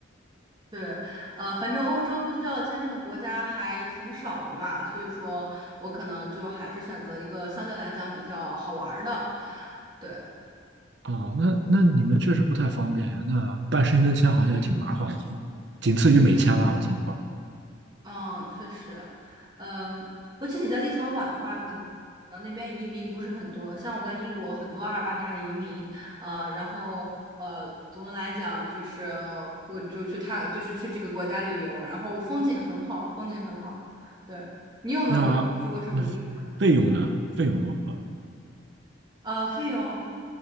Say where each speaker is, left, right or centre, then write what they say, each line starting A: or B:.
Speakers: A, on the right (about 20°); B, on the right (about 65°).
A: 对，呃，反正欧洲不需要签证的国家还挺少的嘛，所以说我可能就还是选择一个相对来讲比较好玩儿的。对，
B: 哦，那那你们确实不太方便呀。那办申根签好像也挺麻烦的，
A: 嗯
B: 是吧仅次于美签了，
A: 嗯，是
B: 我听说。
A: 嗯，确实，嗯，尤其你在立陶宛的话，可能那边移民不是很多。像我在英国，很多阿尔巴尼亚的移民，啊，然后呃，总的来讲就是，我就去探，就是去这个国家旅游，然后风景很好，风景很好。对，你有没有去过什么地方？
B: 那那费用呢？费用如何？
A: 呃，费用，